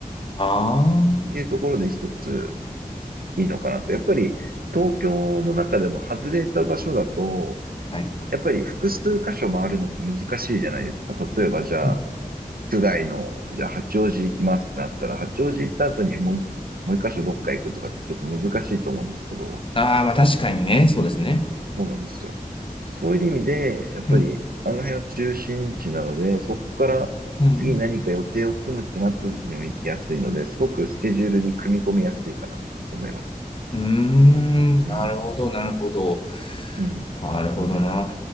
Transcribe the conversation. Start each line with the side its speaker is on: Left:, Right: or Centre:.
Left: ああ、
Right: ていうところで一ついいのかなと。やっぱり東京の中でも外れた場所だと、
Left: はい。
Right: やっぱり複数箇所回るのって難しいじゃないですか。例えばじゃあ、
Left: うん。
Right: 区外の、じゃあ八王子行きますってなったら、八王子行った後にもう一、もう一箇所どっか行くとかってちょっと難しいと思うんですけど、
Left: ああ、まあ確かにね。そうですね。
Right: そうなんですよ。そういう意味で、やっぱりあの辺は中心地なので、
Left: うん。
Right: そこから次何か予定を組むってなった時にも行きやすいので、
Left: うん。
Right: すごくスケジュールに組み込みやすいかなと思います。
Left: うーん。
Right: うん。
Left: なるほど、なるほど。
Right: うん。
Left: なるほどな。